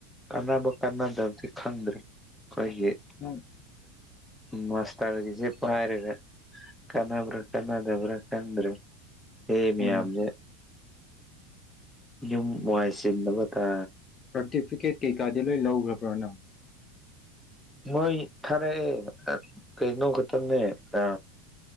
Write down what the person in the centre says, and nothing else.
ꯀꯥꯟꯅꯕ ꯀꯥꯟꯅꯗꯕꯗꯤ ꯈꯪꯗ꯭ꯔꯤ ꯑꯩꯈꯣꯏꯒꯤ
ꯃꯁ ꯂ ꯁꯤ ꯄꯔꯒ ꯀꯅꯥꯕ꯭ꯔꯥ ꯀꯅꯥꯗꯕ꯭ꯔ ꯀꯟ꯭ꯔ ꯑꯦ ꯃꯌꯥꯝꯅ
ꯌꯨꯝ ꯋꯥꯅꯨꯡꯉꯥꯏꯁꯤꯅꯕ ꯇꯥ
ꯃꯣꯏ ꯊꯔꯦ ꯀꯩꯅꯣꯈꯇꯅꯦ ꯑ